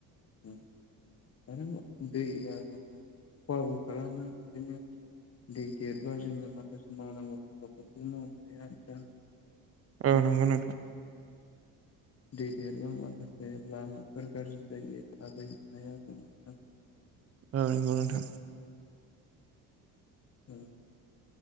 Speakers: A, on the left; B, on the right.
A: उम आरो दै जों खहाबो खालामो बिदिनो दै देरबा जोङो माखासे मावनांगौ हाबाफोरखौ मावनो हाया दा बिदिनो
B: औ नंगौ नोंथां
A: दै देरबा माखासे लामाफोर गाज्रि जायो थाबायनो हाया जानो।
B: औ नंगौ नोंथा
A: उम